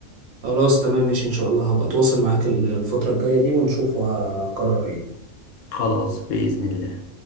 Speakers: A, on the right; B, on the left.
A: خلاص تمام ماشي ان شاء الله هبقى اتواصل معاك الفترة الجاية دي ونشوف وهقرر ايه
B: خلاص بإذن الله